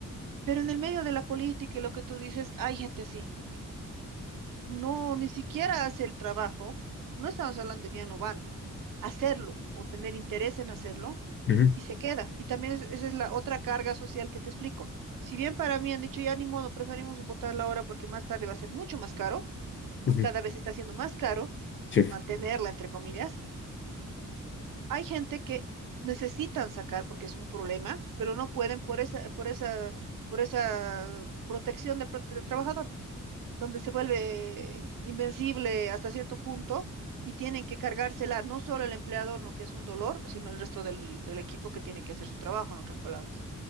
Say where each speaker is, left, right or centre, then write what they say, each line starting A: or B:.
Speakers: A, on the right; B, on the left.
A: Pero en el medio de la política y lo que tú dices, hay gente así, no, ni siquiera hace el trabajo, no estamos hablando de bien o van, hacerlo o tener interés en hacerlo
B: ujú,
A: y se queda. Y también es- esa es la otra carga social que te explico. Si bien para mí han dicho ya ni modo, preferimos votarla ahora porque más tarde va a ser mucho más caro
B: ujú.
A: y cada vez está siendo más caro
B: Sí,
A: mantenerla, entre comillas, hay gente que necesitan sacar porque es un problema, pero no pueden por esa, por esa, por esa protección de pro- del trabajador donde se vuelve invencible hasta cierto punto y tienen que cargársela no solo el empleador, no que es un dolor, sino el resto del, del equipo que tiene que hacer su trabajo, en otras palabras.